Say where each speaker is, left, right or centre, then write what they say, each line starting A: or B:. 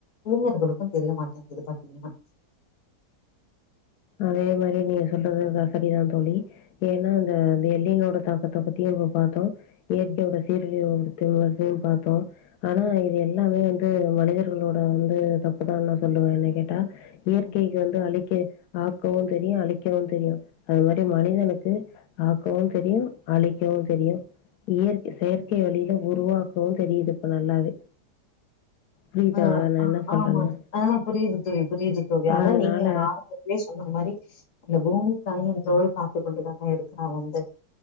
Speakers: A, on the left (about 55°); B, on the left (about 75°).
A: இளைஞர்களுக்கு தெரியமாட்டேங்கிது பாத்தீங்கன்னா
B: அதே மாரி நீங்க சொல்றது இதா சரிதா தோழி ஏன்னா அந்த பில்டிங் ஓட தாக்கத்த பத்தியு அப்ப பாத்தோ இயற்கையோட
A: ம்,
B: சீரழிவ உருத்து வர்றதையு பாத்தோ ஆனா
A: ம்,
B: இது எல்லா நம்ம வந்து மனிதர்களோட வந்து தப்புதா நா சொல்லுவே என்னய கேட்டா இயற்கைக்கு
A: ம்.
B: வந்து அழிக் க ஆக்கவு தெரியு அழிக்கவு தெரியு அது மாரி மனிதனுக்கு ஆக்கவு தெரியு அழிக்கவு தெரியு இயற்கை செயற்கை வழியில உருவாக்கவு தெரியுது இப்ப நல்லாவே புரியுதா
A: ஆ
B: நான்
A: ஆ
B: என்ன சொல்றேன்னு?
A: ஆமா தோழி ஆ புரியுது தோழி புரியுது தோழி அதா
B: அதனால
A: நீங்க ஆரம்பத்திலயே சொன்ன மாரி அந்த பூமி தாயு எந்தோள் பாத்து கொண்டுதான இருக்குறா வந்து